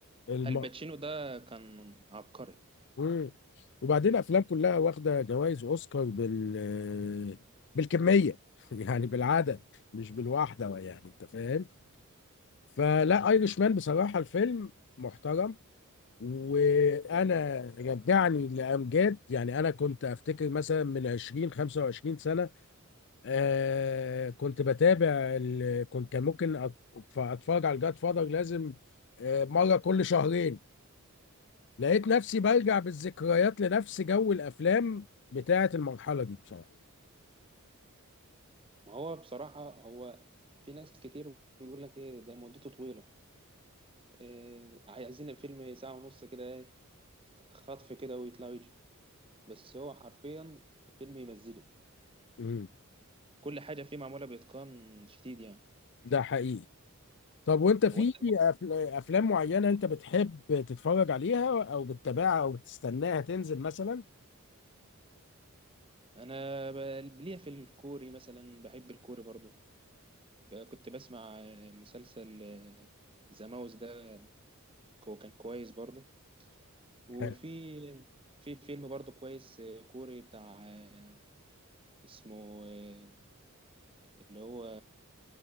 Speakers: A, on the left (about 55°); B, on the right (about 25°).
A: الم...
B: الباتشينو ده كان عبقري
A: مم. وبعدين افلام كلها واخده جوائز اوسكار بال بالكميه <laughs> يعني بالعدد مش بالواحده يعني انت فاهم فلا ايرش مان بصراحه الفيلم محترم وانا رجعني لامجاد يعني انا كنت افتكر مثلا من 20 25 سنه آه كنت بتابع ال... كنت كان ممكن أت- اتفرج على الجاد فاذر لازم آه مره كل شهرين لقيت نفسي بلجأ بالذكريات لنفس جو الافلام بتاعه المرحله دي بصراحه
B: ما هو بصراحة هو في ناس كتير بيقول لك ايه ده مدته طويلة إيه عايزين الفيلم ساعة ونص كده ايه خطف كده ويطلع ويجي بس هو حرفيا فيلم يمزجك
A: امم
B: كل حاجة فيه معمولة بإتقان شديد يعني
A: ده حقيقي طب وانت في
B: هو انت
A: أف- افلام معينه انت بتحب تتفرج عليها او بتتابعها او بتستناها تنزل مثلا
B: انا ب- ليا في الكوري مثلا بحب الكوري برضو ب- كنت بسمع آه، مسلسل آه، ذا ماوس ده هو كان كويس برضو وفي
A: حلو.
B: في فيلم برضو كويس آه، كوري بتاع آه، اسمه آه، اللي هو